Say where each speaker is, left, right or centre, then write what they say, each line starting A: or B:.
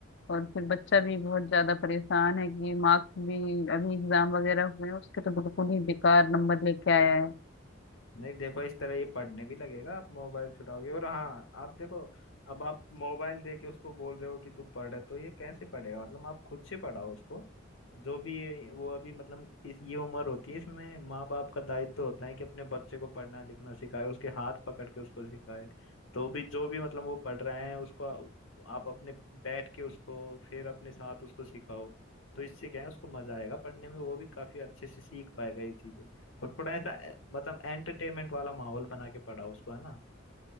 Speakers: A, on the left; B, on the left.
A: और फिर बच्चा भी बहुत ज्यादा परेशान है कि मार्क्स भी अभी एग्जाम वगैरह हुए हैं उसके तो बिल्कुल ही बेकार नंबर लेके आया है
B: नहीं देखो इस तरह ये पढ़ने भी लगेगा आप मोबाइल छुड़ाओगे और हाँ आप देखो अब आप मोबाइल दे के उसको बोल रहे हो कि तू पढ़ तो ये कैसे पढ़ेगा मतलब आप खुद से पढ़ाओ उसको जो भी ये- वो अभी मतलब इस ये उम्र होती है इसमें माँ बाप का दायित्व होता है कि अपने बच्चे को पढ़ना लिखना सिखाए उसके हाथ पकड़ के उसको सिखाए तो भी जो भी मतलब वो पढ़ रहे हैं उसको आ- आप अपने बैठ के उसको फिर अपने साथ उसको सिखाओ तो इससे क्या है उसको मजा आएगा पढ़ने में वो भी काफी अच्छे से सीख पाएगा ये चीजें और थोड़ा ऐसा ए, मतलब एंटरटेनमेंट वाला माहौल बना के पढ़ाओ उसको है ना